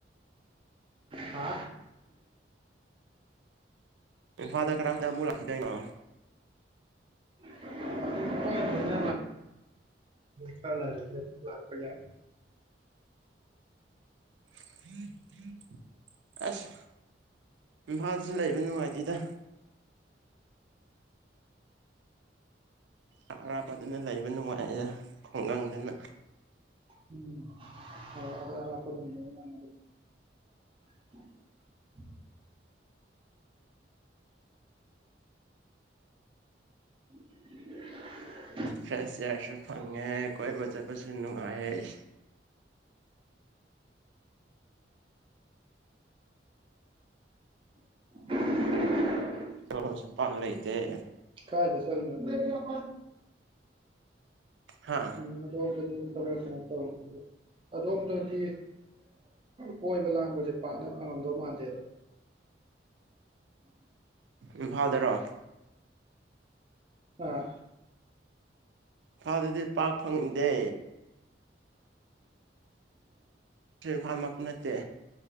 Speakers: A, on the right (about 30°); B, on the right (about 85°).
A: ꯍꯥ
B: ꯏꯝꯐꯥꯜꯗ ꯀꯔꯝꯀꯥꯟꯃꯨꯛ ꯂꯥꯛꯈꯤꯗꯣꯏꯅꯣ
A: <unintelligible> ꯑꯗꯨꯝ ꯈꯥꯔ ꯂꯩꯔꯗꯤ ꯑꯗꯨꯝ ꯂꯥꯛꯄ ꯌꯥꯏ
B: <unintelligible> ꯑꯁ ꯏꯝꯐꯥꯜꯁꯨ ꯂꯩꯕ ꯅꯨꯡꯉꯥꯏꯇꯦꯗ ꯑ ꯑꯔꯥꯞꯄꯗꯅ ꯂꯩꯕ ꯅꯨꯡꯉꯥꯏꯌꯦ ꯈꯨꯡꯒꯪꯗꯅ
A: ꯎꯝ <unintelligible> <unintelligible>
B: ꯐ꯭ꯔꯦꯁ ꯏꯌꯥꯔꯁꯨ ꯐꯪꯉꯦ ꯀꯣꯏꯕ ꯆꯠꯄꯁꯨ ꯅꯨꯡꯉꯥꯏ
A: <unintelligible>
B: <unintelligible> ꯁꯨ ꯄꯥꯛ ꯂꯩ ꯇ‌ꯦ
A: ꯀꯥꯏꯗ ꯆꯠꯂꯤꯅ‌ꯣ
B: ꯍꯥ
A: ꯎꯝ ꯑꯗꯣꯝꯗꯗꯤ ꯈꯔ ꯀꯩꯅꯣ ꯇꯧ ꯑꯗꯣꯝꯗꯗꯤ ꯀꯣꯏꯕ ꯂꯥꯡꯕꯁꯦ ꯄꯥꯛꯅ ꯐꯪꯉꯝꯗꯧ ꯃꯥꯟꯗꯦꯕ
B: ꯏꯝꯐꯥꯜꯗꯔꯣ
A: ꯑꯥ
B: ꯏꯝꯐꯥꯗꯗꯤ ꯄꯥꯛ ꯐꯪꯗꯦ ꯏꯝꯐꯥꯜꯃꯛ ꯅꯠꯇꯦ